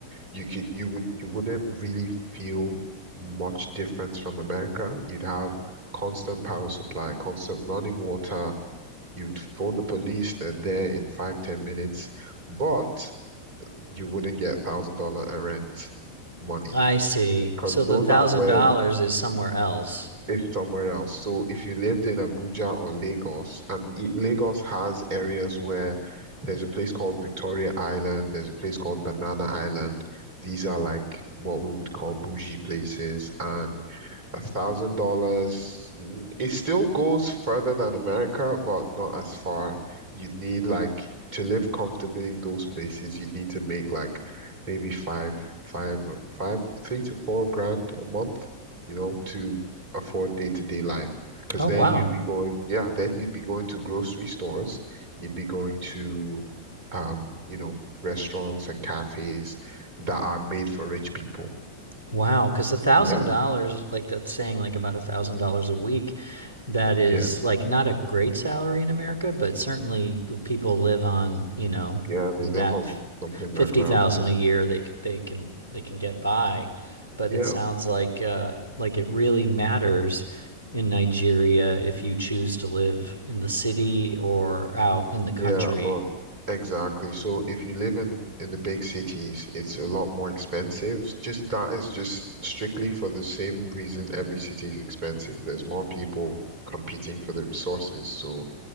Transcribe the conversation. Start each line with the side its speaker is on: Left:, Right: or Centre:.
Right: you could you would you wouldn't really feel much difference from America. You'd have constant power supply, constant running water. You'd phone the police, they're there in five, ten minutes, but you wouldn't get thousand dollar a rent money
Left: I see
Right: because
Left: so the
Right: those
Left: thousand
Right: are where
Left: dollars is somewhere else
Right: is somewhere else. So if you lived in Abuja or Lagos, and i- Lagos has areas where there's a place called Victoria Island, there's a place called Banana Island. These are like what we would call bougie places, and a thousand dollars. mm, It still goes further than America, but not as far. You'd need like to live comfortably in those places. You'd need to make like maybe five, five, five, three to four grand a month, you know, to afford day-to-day life. Because
Left: oh wow
Right: then you'd be going, yeah, then you'd be going to grocery stores, you'd be going to, um, you know, restaurants and cafes that are made for rich people.
Left: Wow, because a thousand
Right: Yeah,
Left: dollars, like that's saying like about a thousand dollars a week, that
Right: yeah,
Left: is like not a great salary in America, but certainly people live on you know
Right: yeah. They
Left: that
Right: live on something like
Left: fifty
Right: that.
Left: thousand
Right: Yeah,
Left: a year they they can they can get by, but
Right: yeah.
Left: it sounds like uh, like it really matters in Nigeria if you choose to live in the city or out in the country
Right: Yeah, or exactly. So if you live in in the big cities, it's a lot more expensive. Just that is just strictly for the same reason every city is expensive. There's more people competing for the resources, so